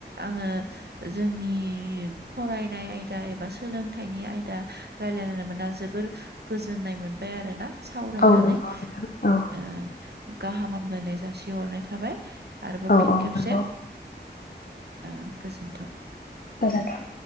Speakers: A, on the right (about 65°); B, on the left (about 55°).
A: आङो जोंनि फरायनाय आयदा एबा सोलोंथाइनि आयदा रायलायनो मोना जोबोर गोजोननाय मोनबाय आरोना सावरायनानै
B: औ नंगौ नोंथां औ
A: ओ गाहाम हामलायनाय जासि हरनाय थाबाय आरोबाव
B: औ
A: फिन
B: औ
A: खेबसे
B: नंगौ
A: आ गोजोनथों।
B: गोजोनथों।